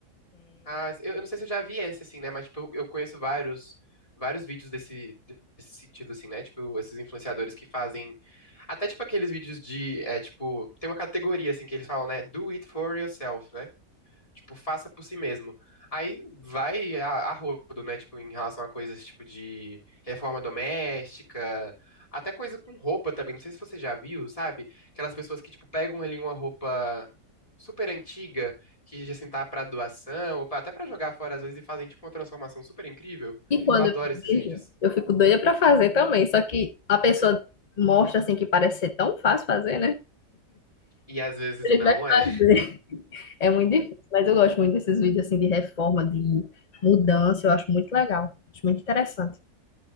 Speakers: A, on the left; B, on the left.
A: Ah, eu, eu não sei se eu já vi esse, assim, né? Mas, tipo, eu, eu conheço vários, vários vídeos desse, desse sentido, assim, né? Tipo, esses influenciadores que fazem. Até, tipo, aqueles vídeos de. É, tipo, tem uma categoria, assim, que eles falam, né? Do it for yourself, né? Tipo, faça por si mesmo. Aí vai a, a rodo, né? Tipo, em relação a coisas tipo de reforma doméstica, até coisa com roupa também. Não sei se você já viu, sabe? Aquelas pessoas que, tipo, pegam ali uma roupa super antiga, que assim tá pra doação, ou pra- até pra jogar fora às vezes e fazem, tipo, uma transformação super incrível.
B: E quando
A: Eu adoro
B: eu vejo,
A: esses vídeos.
B: eu fico doida pra fazer também. Só que a pessoa mostra assim que parece ser tão fácil fazer, né?
A: E às vezes
B: A gente
A: não
B: vai fazer.
A: é.
B: É muito difícil, mas eu gosto muito desses vídeos assim de reforma, de mudança, eu acho muito legal, acho muito interessante.